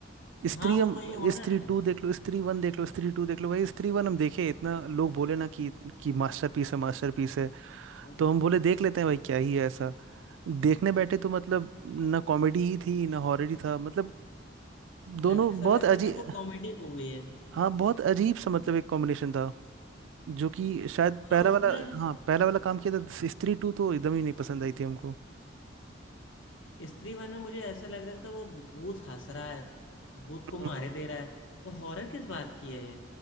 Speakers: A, on the right (about 80°); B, on the left (about 90°).
A: स्त्री
B: हाँ वो
A: हम
B: कोई हॉरर
A: स्त्री
B: है
A: टू देख लो स्त्री वन देख लो स्त्री टू देख लो भाई स्त्री वन हम देखे इतना लोग बोले ना कि कि मास्टरपीस है मास्टरपीस है
B: हाँ।
A: तो हम बोले देख लेते हैं भाई क्या ही है ऐसा देखने बैठे तो मतलब ना कॉमेडी ही थी ना हॉरर ही था मतलब
B: ऐसा
A: दोनों बहुत
B: लग
A: अजीब
B: रहा था वो कॉमेडी मूवी है
A: हाँ बहुत अजीब सा मतलब एक कॉम्बिनेशन था जो कि शायद पहला
B: हाँ उसने
A: वाला हाँ पहला वाला काम किया था स्त्री टू तो एकदम ही नहीं पसंद आई थी हमको
B: स्त्री वन में मुझे ऐसा लग रहा था वो भूत हंस रहा है भूत को
A: हम्म,
B: मारे दे रहा है तो हॉरर किस बात की है ये